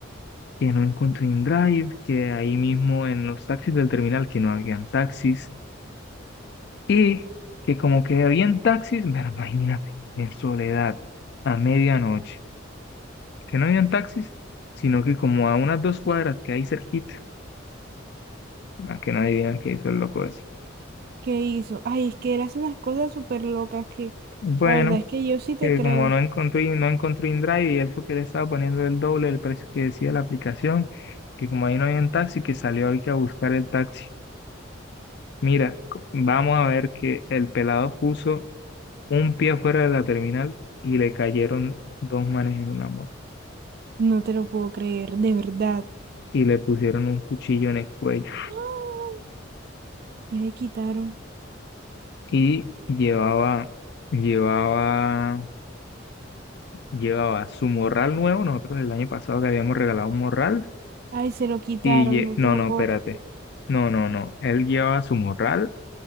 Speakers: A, on the left; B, on the right.
A: que no encontré en Drive, que ahí mismo en los taxis del terminal que no habían taxis y que como que habían taxis, pero imagínate, en soledad, a medianoche, que no habían taxis, sino que como a unas dos cuadras que hay cerquita Ah, que no adivinan qué hizo el loco ese.
B: ¿Qué hizo? Ay, es que él hace unas cosas súper locas que
A: Bueno,
B: la verdad es que yo sí te
A: que
B: creo.
A: como no encontré, no encontré InDrive y él fue que le estaba poniendo el doble del precio que decía la aplicación, que como ahí no había un taxi, que salió hoy que a buscar el taxi. Mira, co- vamos a ver que el pelado puso un pie afuera de la terminal y le cayeron dos manes en una moto
B: No te lo puedo creer, de verdad.
A: y le pusieron un cuchillo en el cuello
B: ¡Ah! ¿Qué le quitaron?
A: y llevaba, llevaba, llevaba su morral nuevo. Nosotros el año pasado le habíamos regalado un morral
B: Ay, se lo quitaron,
A: Y lle-
B: no
A: no,
B: te lo
A: no,
B: puedo
A: espérate.
B: creer.
A: No, no, no. Él llevaba su morral